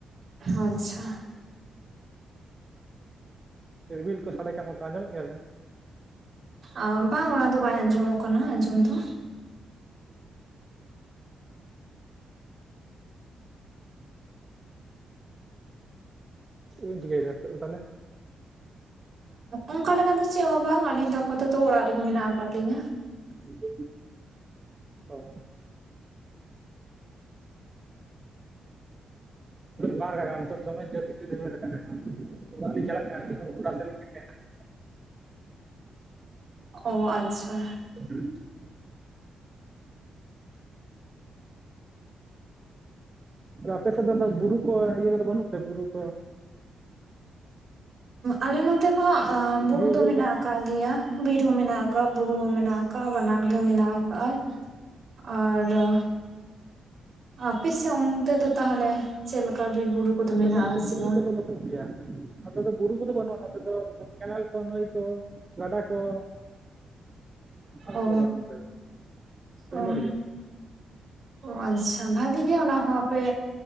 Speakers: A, on the right (about 55°); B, on the right (about 30°).
A: ᱟᱪᱪᱷᱟ,
B: ᱨᱤᱢᱤᱞ ᱠᱚ ᱥᱟᱰᱮ ᱠᱟᱱᱟ, ᱱᱚᱛᱮ ᱫᱚ ᱟᱸᱡᱚᱢᱚᱜ ᱜᱮᱭᱟᱵᱮᱱ?
A: ᱟ ᱵᱟᱝ ᱚᱱᱟ ᱫᱚ ᱵᱟᱭ, ᱟᱸᱡᱚᱢᱚᱜ ᱠᱟᱱᱟ ᱟᱸᱡᱚᱢ ᱫᱚ
B: ᱪᱮᱫ ᱵᱤᱱ ᱪᱤᱠᱟᱹᱭᱮᱜᱼᱟ ᱱᱤᱛᱚᱜ ᱫᱚ ᱛᱟᱦᱚᱞᱮ
A: ᱚᱱᱠᱟ ᱞᱮᱠᱟ ᱫᱚ ᱪᱮᱫ ᱦᱚᱸ ᱵᱟᱝ, ᱟᱹᱞᱤᱧ ᱫᱚ ᱟᱯᱟᱛᱚᱛᱚ ᱚᱲᱟᱜ ᱨᱮᱜᱮ ᱢᱮᱱᱟᱜ ᱟᱠᱟᱫ ᱞᱤᱧᱟᱹ᱾
B: <inaudible> <unintelligible> ᱚ, ᱵᱟᱝ ᱨᱟᱠᱟ ᱠᱟᱱᱟ ᱱᱤᱛᱜ, ᱫᱚᱢᱮ ᱡᱛ ᱛᱤ ᱨᱮᱵ ᱟᱠᱟᱱᱟ᱾ ᱟᱞᱤ ᱡᱚᱞᱚᱠᱤ ᱥᱞ ᱠᱮᱫᱯᱮᱱᱟ <unintelligible> <unintelligible>
A: ᱚ ᱟᱪᱪᱷᱟ,
B: ᱦ <unintelligible> <unintelligible> ᱟᱯᱮ ᱥᱮᱫ ᱫᱚ ᱵᱩᱨᱩ ᱠᱚ, ᱤᱭᱟᱹ ᱠᱚᱫᱚ ᱵᱟᱹᱱᱩᱜ ᱛᱮ ᱵᱩᱨᱩ ᱠᱚ
A: ᱟᱞᱮ ᱱᱚᱛᱮ ᱢᱟ, ᱵᱩᱨᱩ
B: ᱵᱤᱨ
A: ᱫᱚ ᱢᱮᱱᱟᱜ
B: ᱠᱚ
A: ᱟᱠᱟᱜ ᱜᱮᱭᱟ᱾ ᱜᱮᱭᱟ, ᱵᱤᱨ ᱦᱚᱸ ᱢᱮᱱᱟᱜ ᱟᱠᱟᱜᱼᱟ, ᱵᱩᱨᱩ ᱦᱚᱸ ᱢᱮᱱᱟᱜ ᱟᱠᱟᱜᱼᱟ, ᱵᱟᱱᱟᱨ ᱜᱮ ᱢᱮᱱᱟᱜ ᱟᱠᱟᱜᱼᱟ᱾ ᱟᱨᱚ ᱟᱯᱮ ᱥᱮᱫ ᱚᱱᱛᱮ ᱫᱚ ᱛᱟᱦᱚᱞᱮ, ᱪᱮᱫ ᱞᱮᱠᱟ ᱵᱤᱨ ᱵᱩᱨᱩ ᱠᱚᱫᱚ
B: ᱥᱮᱫ
A: ᱢᱮᱱᱟᱜᱼᱟ,
B: ᱫᱚ
A: ᱥᱮ
B: ᱵᱩᱨᱩ
A: ᱵᱟᱝ?
B: ᱠᱚᱫᱚ ᱵᱟᱹᱱᱩᱜ ᱜᱮᱭᱟ, ᱱᱚᱛᱮ ᱫᱚ ᱵᱩᱨᱩ ᱠᱚᱫᱚ ᱵᱟᱹᱱᱩᱜᱼᱟ ᱱᱚᱛᱮ ᱫᱚ ᱠᱮᱱᱮᱞ ᱠᱚ, ᱱᱟᱹᱭ ᱠᱚ, ᱜᱟᱰᱟ ᱠᱚ᱾ ᱟᱨ
A: ᱚ
B: ᱪᱮᱫ ᱦᱚ ᱵᱟᱱᱩᱜ-ᱟ, ᱱᱚᱛᱮ ᱫᱚ <inaudible> ᱯᱳᱭᱞᱳ
A: ᱚ
B: ᱨᱮᱜᱮ ᱾
A: ᱚ, ᱟᱪᱪᱷᱟ ᱵᱷᱟᱜᱮ ᱜᱮ ᱚᱱᱟ ᱦᱚᱸ, ᱟᱯᱮ